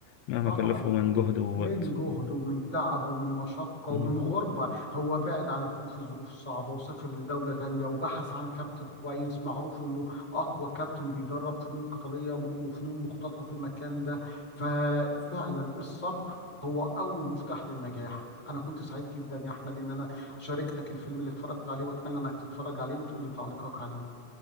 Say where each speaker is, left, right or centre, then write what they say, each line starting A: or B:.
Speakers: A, on the left (about 80°); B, on the left (about 20°).
A: مهما
B: طبعا
A: كلفه من جهد ووقت
B: من جهد ومن تعب ومن مشقة
A: مم.
B: ومن غربة هو بعد عن أخوه في ظروف صعبة وسافر لدولة تانية وبحث عن كابتن كويس معروف إنه أقوى كابتن بيدرب فنون قتالية م- وفنون مختلطة في المكان ده ففعلا الصبر هو أول مفتاح للنجاح أنا كنت سعيد جدا يا أحمد إن أنا شاركتك الفيلم اللي اتفرجت عليه وأتمنى إنك تتفرج عليه وتقول لي تعليقك عليه